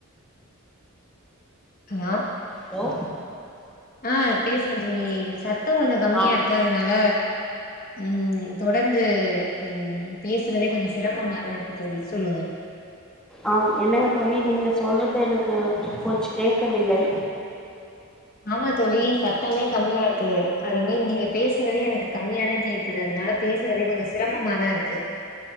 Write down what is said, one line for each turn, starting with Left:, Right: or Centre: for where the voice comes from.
Left: ஹலோ
Centre: ஹலோ
Left: ஆஹ் பேசுங்க தோளி த்தோம் கொஞ்சோம் கம்மியா
Centre: ஆ
Left: இருக்கு அதனால உம் தொடர்ந்து உம் பேசுறதே கொஞ்சம் சிரமமாாதான் இருக்கு தோளி சொல்லுங்க
Centre: ஆ என்னங்க தோழி நீங்க சொல்றது எனக்கு கொஞ்சோ கேக்கவில்லை
Left: ஆமா தோழி சத்தமே கம்மியா இருக்கு அதுமே நீங்க பேசுறதே எனக்கு கம்மியாதா கேக்குது அதனால பேசுறதே கொஞ்ச சிரமமாதா இருக்கு